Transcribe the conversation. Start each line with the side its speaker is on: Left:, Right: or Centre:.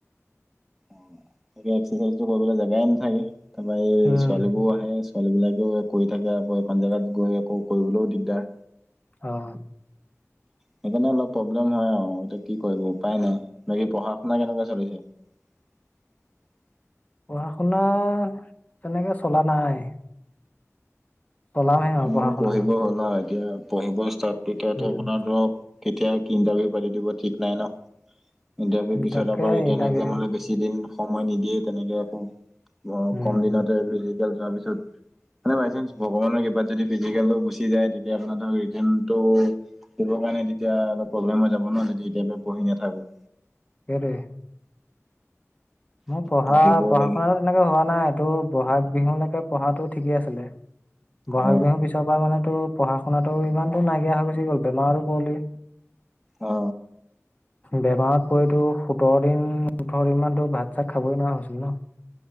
Centre: অ তাকে এক্সাৰচাইজটো কৰিবলৈ জাগাই নাথাকে, তাৰপা এই
Left: উম
Centre: ছোৱালী বোৰ আহে। ছোৱালী বিলাকেও কৰি থাকে, আকৌ এই প জেগাত গৈ আকৌ কৰিবলৈও দিগদাৰ।
Left: অহ।
Centre: সেইকাৰণে অলপ প্ৰব্লেম হয় আৰু এতিয়া কি কৰিব উপায় নাই। বাকি পঢ়া শুনা কেনেকোৱা চলিছে? <unintelligible>
Left: পঢ়া শুনা তেনেকে চলা নাই। চলামহে আৰু পঢ়া
Centre: মোৰ
Left: শুনাটো
Centre: পঢ়িব হ'ল আৰু এতিয়া, পঢ়িব ষ্টাৰ্ট তেতিয়াতো
Left: উম
Centre: আপোনাৰ ধৰক কেতিয়া ইণ্টাৰভিউ পাতি দিব ঠিক নাই ন। ইণ্টাৰভিউৰ
Left: উম,
Centre: পিছত
Left: তাকে
Centre: আকৌ ৰিটাৰ্ণ
Left: ইণ্টাৰভিউ
Centre: একজামলে
Left: দিম
Centre: বেছি দিন সময় নিদিয়ে, তেনেকে আকৌ অ
Left: উম
Centre: কম দিনতে ফিজিকেল যোৱাৰ পিছত মানে বাই চান্স ভগৱানৰ ক- যদি ফিজিকেল গুচি যায়, তেতিয়া আপোনাৰ ধৰ ৰিতেনটো পঢ়িবৰ কাৰণে তেতিয়া অলপ প্ৰব্লেম হৈ যাব ন, যদি এতিয়া পঢ়ি নাথাকো।
Left: কেৰে <unintelligible> মোৰ পঢ়া
Centre: পঢ়িবও
Left: পঢ়া
Centre: লাগে
Left: শুনাতো তেনেকে হোৱা নাই এইটো বহাগ বিহুলৈকে পঢ়াতো ঠিকে আছিলে বহাগ
Centre: অ
Left: বিহু পিছৰ পৰা মানে টো পঢ়া শুনাতো ইমান দেৰি নাইকিয়া হৈ গৈছে গ'ল বেমাৰো পোৱলি
Centre: অ
Left: বেমাৰত পৰিতো সোতৰ দিন ওঠৰ দিন মানতো ভাত চাত খাবই নোৱাৰা হৈছিল ন।